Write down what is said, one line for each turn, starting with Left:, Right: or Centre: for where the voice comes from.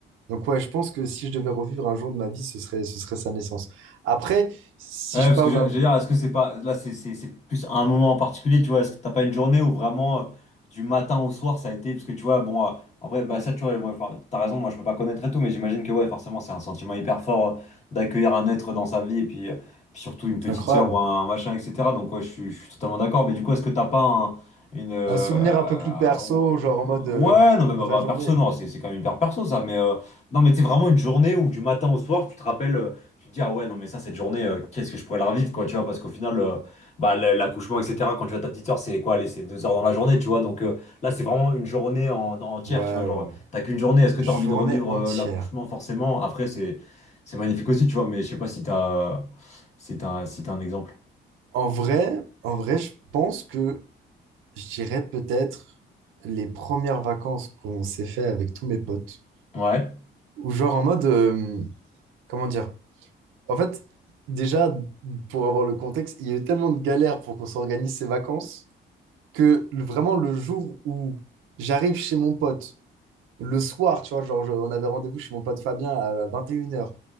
Right: donc ouais, je pense que si je devais revivre un jour de ma vie, ce serait, ce serait sa naissance. Après, si
Left: Ouais, parce
Right: je parle
Left: que je-
Right: d'un,
Left: j'allais dire, est-ce que c'est pas là, c'est c'est- c'est plus un moment en particulier, tu vois? Est-ce que t'as pas une journée où vraiment euh, du matin au soir ça a été? Parce que tu vois, bon, euh, en vrai, bah ça, tu vois, moi, enfin, t'as raison, moi je peux pas connaître et tout, mais j'imagine que ouais, forcément, c'est un sentiment hyper fort euh, d'accueillir un être dans sa vie et puis, euh, puis surtout une petite
Right: c'est incroyable,
Left: sœur ou un machin, etc. Donc, ouais, je suis, je suis totalement d'accord, mais du coup, est-ce que t'as pas un- une. euh,
Right: un souvenir
Left: euh,
Right: un peu plus perso, genre en mode euh,
Left: ouais, non, mais
Right: une
Left: bah,
Right: vraie
Left: bah,
Right: journée.
Left: perso, non, c'est c'est quand même hyper perso ça, mais euh, non, mais c'est vraiment une journée où du matin au soir, tu te rappelles. euh, tu te dis, ah ouais, non, mais ça, cette journée, euh, qu'est-ce que je pourrais la revivre, quoi, tu vois, parce qu'au final, euh, bah, l- l'accouchement, etc., quand tu as ta petite soeur, c'est quoi, allez, c'est deux heures dans la journée, tu vois, donc euh, là, c'est vraiment une journée en, entière,
Right: Ouais,
Left: tu vois,
Right: ouais,
Left: genre,
Right: ouais.
Left: t'as qu'une journée, est-ce que
Right: Journée
Left: t'as envie de revivre
Right: entière.
Left: euh, l'accouchement, forcément? Après, c'est c'est magnifique aussi, tu vois, mais je sais pas si t'as si t'as, si t'as un exemple.
Right: En vrai, en vrai, je pense que Je dirais peut-être les premières vacances qu'on s'est fait avec tous mes potes.
Left: Ouais,
Right: Ou genre en mode, euh, comment dire? En fait, déjà, pour avoir le contexte, il y a eu tellement de galères pour qu'on s'organise ces vacances que le- vraiment le jour où j'arrive chez mon pote, le soir, tu vois, genre je- on avait rendez-vous chez mon pote Fabien à vingt et une heures.